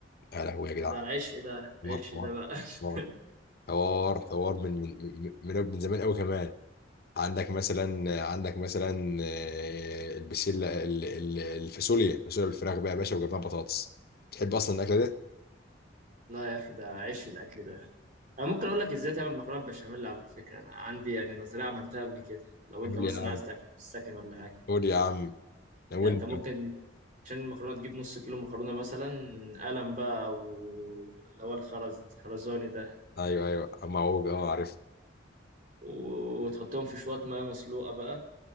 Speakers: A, on the left; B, on the right.
A: يا لهوي يا جدعان
B: ده عيش ده
A: حوار
B: عيش
A: حوار
B: ده بقى <laughs>
A: حوار حوار حوار من من من, من من زمان قوي كمان عندك مثلا عندك مثلا آه، البسله ال- ال- الفاصوليا الفاصوليا بالفراخ بقى يا باشا وجنبها بطاطس تحب اصلا الاكله ده
B: لا يا اخي ده عيش الاكل ده انا ممكن اقول لك ازاي تعمل مكرونه بشاميل على فكره انا عندي يعني نظريه عملتها قبل كده لو
A: قول
B: انت مثلا
A: يا عم
B: عايز تعملها في السكن ولا حاجه
A: قول يا عم ناولني
B: يعني انت ممكن عشان المكرونه تجيب نص كيلو مكرونه مثلا قلم بقى او اللي هو الخرز خرزاني ده
A: ايوه ايوه معوج اه عرفت
B: وتحطهم في شويه ميه مسلوقه بقى